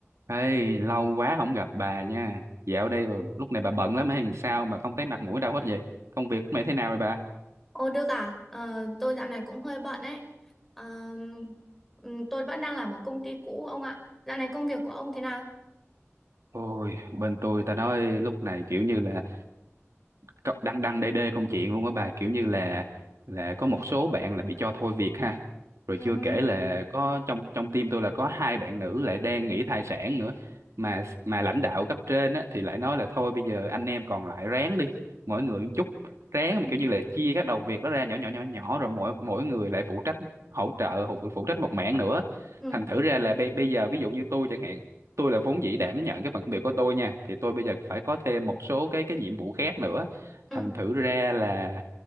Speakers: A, on the right; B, in the centre.
A: Ê, lâu quá không gặp bà nha. Dạo đây bà- lúc này bà bận lắm hay làm sao mà không thấy mặt mũi đâu hết vậy? Công việc của mày thế nào rồi bà?
B: Ô Đức à, Ờ, tôi dạo này cũng hơi bận ấy. Ờ, ừm, tôi vẫn đang làm ở công ty cũ ông ạ. Dạo này công việc của ông thế nào?
A: Ôi, bên tôi ta nói lúc này kiểu như là có- đăng đăng đê đê công chuyện luôn á bà kiểu như là là có một số bạn là bị cho thôi việc ha rồi
B: Ừ.
A: chưa kể là có trong trong team tôi là có hai bạn nữ lại đang nghỉ thai sản nữa mà mà lãnh đạo cấp trên á thì lại nói là thôi bây giờ anh em còn lại ráng đi mỗi người một chút ráng
B: Ừ.
A: mà kiểu như là chia các đầu việc đó ra nhỏ nhỏ nhỏ nhỏ rồi mỗi mỗi người lại phụ trách hỗ trợ phụ phụ trách một mảng nữa
B: Ừ,
A: thành thử ra là bây bây giờ ví dụ như tôi chẳng hạn tôi là vốn dĩ đảm nhận cái phần công việc của tôi nha thì tôi bây giờ phải có thêm một số cái cái nhiệm vụ khác nữa
B: ừ.
A: thành thử ra là